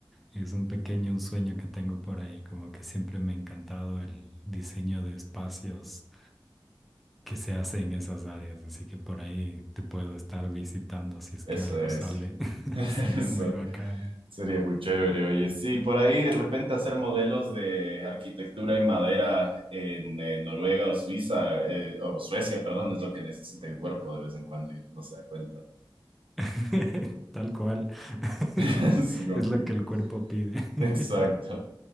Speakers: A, in the centre; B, on the right.
A: Es un pequeño, un sueño que tengo por ahí, como que siempre me ha encantado el diseño de espacios que se hace en esas áreas, así que por ahí te puedo estar visitando si es
B: Eso
A: que algo
B: es,
A: sale. <laughs>
B: <laughs>
A: Sería
B: eso
A: muy bacán.
B: sería muy chévere. Oye, sí, por ahí de repente hacer modelos de arquitectura en madera en eh, Noruega o Suiza, eh, o Suecia, perdón, es lo que necesita el cuerpo de vez en cuando y no se da cuenta.
A: <laughs> Tal cual. <laughs>
B: <laughs> Sí, confirmo.
A: Es lo que el cuerpo pide. <laughs>
B: Exacto.